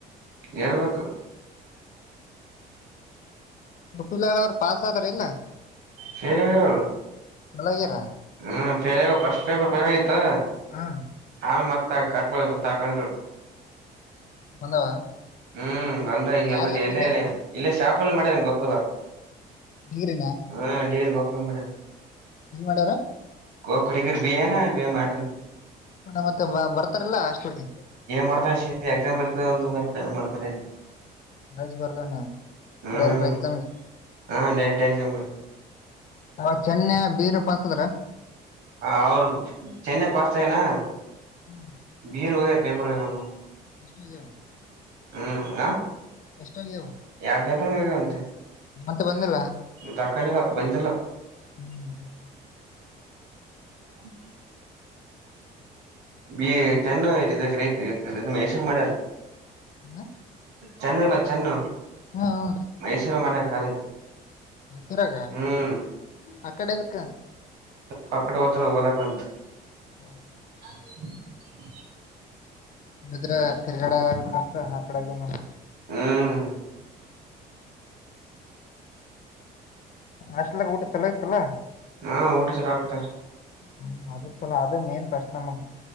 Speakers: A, on the right; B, on the left.
A: ಹೇಳ್ಬೇಕು
B: <unintelligible> ಪಾಸ್ ಆದ್ರೇನು
A: ಫೇಲ್ ಆಗಾರ ಅವ್ರುಹ್ಮ್
B: ಆಗ್ಯಾರ
A: ಫಸ್ಟ್ ಪೇಪರ್ ಫೇಲ್ ಆಗಿತ್ತು
B: ಹಾ
A: ಆ ಮತ್ತ ಕಟ್ ತಕೊಂಡರು
B: ಬಂದವ
A: ಹ್ಮ್ ಬಂದ ಈಗ
B: ಯಾರ್ಯಾರು
A: ಎಲ್ಲ ಎಲ್ಲ
B: ಬಂದಾರ
A: ಎಲ್ಲ ಇಲ್ಲೇ ಶಾಪಲ್ಲಿ ಮಾಡ್ಯನಾ ಗೊತ್ತಲ್ಲ
B: ಡಿಗ್ರಿನ
A: ಹಾ ಅಂಗಾಡಿ ಓಪನ್ ಮಾಡ್ಯಾರ
B: ಎಲ್ಲಿ ಮಾಡ್ಯಾರ
A: <unintelligible> ಮಾಡ್ಯಾನ
B: ಮತ್ತೆ ಬರ್ತಾರಲ್ಲ ಹಾಸ್ಟೆಲಿಗೆ
A: ಮಾಡ್ತಾನ ಸಿ <unintelligible> ಏನ್ ಮಾಡ್ತಾರೆ ಏನೋ
B: ರಾಜು ಬರ್ಲಾನ
A: ಹ್ಮ್
B: ಡೈರೆಕ್ಟರ್ ಆಗ್ತಾತ
A: ಹಾ ಡೈರೆಕ್ಟ್ ಎಕ್ಸಾಮ್
B: ಅವ ಚೆನ್ನೆ ಬೀರು ಪಸ್ದ್ರ
A: ಹ ಅವ್ರು ಚೆನ್ನೈ ಪಸ್ತಾವನಾ
B: ಹ್ಮ್
A: ವಿರುೋಗ ಪೇಪರ್ೋಗ ಒನು
B: <inaudible>
A: ಹ್ಮ್ ಆ
B: ಎಷ್ಟಾಗ್ಯಾವ
A: ಯಾವ ಪೇಪರ್ ಹೋಗ್ಯವಂತ
B: ಮತ್ತೆ ಬಂದಿಲ್ಲ
A: ತಾಕೊಂಡಿಲ್ಲ ಬಂದಿಲ್ಲ
B: <inaudible>
A: <inaudible> ಬಿ ಚೆನ್ನ ರಿಜಿಗ್ನೇಷನ್
B: ಹ್ಮ್
A: ಚೆನ್ನಲ್ಲ ಚೆನ್ನು
B: ಹ್ಮ್
A: ಮೈಸೂರು ಮನ ಕಾಲೇಜ್
B: ಮೈಸೂರಾಗ
A: ಹ್ಮ್
B: ಆ ಕಡೆದಕ್ಕ
A: ಪಕ್ಡು ಒತ್ತಡ ಓದಕ ಅಂತ
B: <unintelligible>
A: <inaudible>
B: ನಿದ್ರ ತಿರ್ಗಡಂತ ಆ ಕಡೆಏ
A: ಹ್ಮ್
B: ಅಷ್ಟಲ್ಲ ಊಟ ಚಲೋ ಇಯತಲ್ಲ
A: ಹಾ ಊಟ ಚಲೋ ಆಗ್ತಾರ
B: ಹ್ಮ ಅ ಚಲ ಅದೇ ಮೇನ್ ಫಸ್ಟ್ ನಮಗ